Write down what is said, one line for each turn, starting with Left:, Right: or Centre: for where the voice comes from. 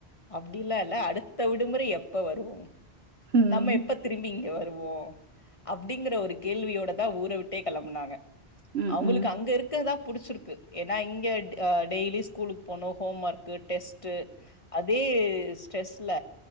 Left: அப் படில்லா இல்ல அடுத்த விடுமுறை எப்ப வரும்
Right: ம்.
Left: நம்ம எப்ப திரும்பி இங்க வ வோ அப்டிங்கற ஒரு கேள்வியோட தா ஊற வுட்டே கெளம்புனாங்க
Right: ம்,
Left: அவுங்ளுக்கு
Right: ம்.
Left: அங்க இருக்கறதா புடிச்சிருக்கு ஏன்னா இங்க டெய்லி ஸ்கூலுக்கு போனு ஹோம் ஒர்க்கு டெஸ்ட்டு அதே ஸ்ட்ரெஸ்ல